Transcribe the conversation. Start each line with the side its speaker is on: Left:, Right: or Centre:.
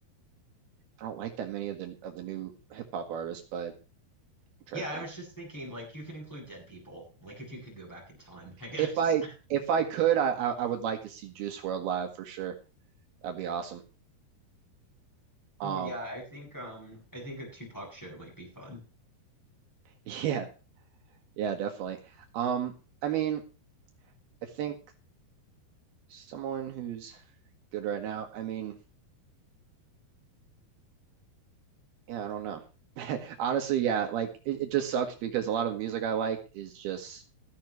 Right: I don't like that many of the of the new hip hop artists, but I'm trying
Centre: Yeah,
Right: to think.
Centre: I was just thinking like you can include dead people, like if you could go back in time, I guess.
Right: If I
Centre: <laughs>
Right: if I could, I, I I would like to see Juice World live for sure. That'd be awesome.
Centre: Cool,
Right: Um,
Centre: yeah, I think um I think a Tupac show might be fun.
Right: <laughs> yeah, yeah, definitely. Um, I mean, I think someone who's good right now. I mean, yeah, I don't know. <laughs> Honestly, yeah, like it, it just sucks because a lot of the music I like is just